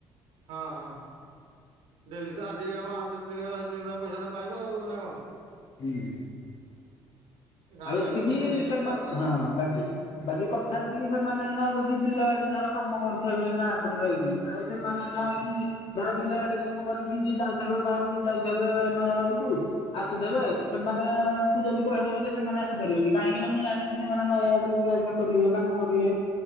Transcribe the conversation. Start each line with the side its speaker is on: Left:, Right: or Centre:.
Right: ହଁ ହଁ ହଁ ଡେଲି ତ <unintelligible> ଦିନ ଗଲେ ଦିନ ପଇସା ତମେ ପାଇବ ଆଉ ନା କଣ?
Left: ହୁଁ
Right: <inaudible>
Left: ଆଉ ଏତିକି
Right: ପଇସା ନେଇକି
Left: ସେମାନ
Right: ଆଇଲ ଗଲ
Left: ହଁ ବାକି ବାକି କଥା ହେତିକି ସେମାନେ ନା ଯଦି ବିଲ ଆଡି ଧର କାମ କରୁଥିବେ ଗାଁ ପଟରେ ରହିକି ଆଉ ସେମାନେ
Right: ହଁ
Left: ନାହାନ୍ତି। ଧର ବିଲ ଆଡି କାମ କରିକି ଯାଉଥିବେ ଘରକୁ ଯାଉଥିବେ ନ ଆଡକୁ ଆସୁଥିବେ।
Right: ହଁ
Left: ସେମାନେଙ୍କୁୁ ଯଦି କହିବା ବୋଲେ ସେମାନେ ଆସି ପାରିବେନି କାହିଁକିନା ମୁଁ ଜାଣିଛି ସେମାନେ ନୟାଗଡରେ ଯିବା ଆସିବା କରିବେ କାମ କରିବେ